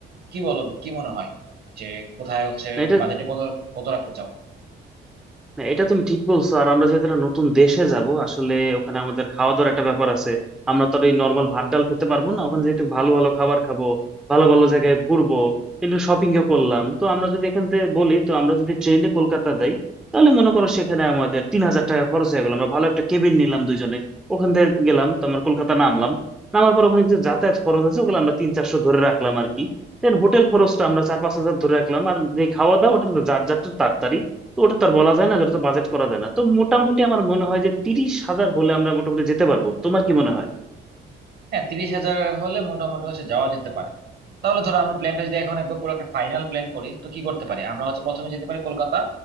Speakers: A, on the right; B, in the centre.
A: কি বলো কি মনে হয় যে কোথায় হচ্ছে
B: না এটা
A: বাজেটটা কত কত রাখতে চাও
B: না এটা তুমি ঠিক বলছো আর আমরা যেহেতু একটা নতুন দেশে যাব আসলে ওখানে আমাদের খাওয়া দাওয়ার একটা ব্যাপার আছে আমরা তো আর এই নর্মাল ভাত ডাল খেতে পারবো না ওখানে যেহেতু ভালো ভালো খাবার খাবো ভালো ভালো জায়গায় ঘুরবো কিন্তু শপিং ও করলাম তো আমরা যদি এখান থেকে বলি তো আমরা যদি ট্রেনে কলকাতা যাই তাহলে মনে করো সেখানে আমাদের তিন হাজার টাকা খরচ হয়ে গেল আমরা ভালো একটা কেবিন নিলাম দুইজনে ওখান থেকে গেলাম তো আমরা কলকাতা নামলাম নামার পর ওখানে কিছু যাতায়াত খরচ আছে ওগুলো আমরা তিন চারশো ধরে রাখলাম আর কি দেন হোটেল খরচটা আমরা চার পাঁচ হাজার ধরে রাখলাম আর যে খাওয়া দাওয়া ওটা তো যার যারটা তার তো ওটা তো আর বলা যায় না ওটা তো বাজেট করা যায় না তো মোটামুটি আমার মনে হয় যে তিরিশ হাজার হলে আমরা মোটামুটি যেতে পারবো তোমার কি মনে হয়
A: হ্যাঁ তিরিশ হাজার হলে মোটামুটি হচ্ছে যাওয়া যেতে পারে তাহলে ধরো আমরা প্ল্যানটা যদি এখন একবার পুরো একটা ফাইনাল প্ল্যান করি তো কি করতে পারি আমরা হচ্ছে প্রথমে যেতে পারি কলকাতা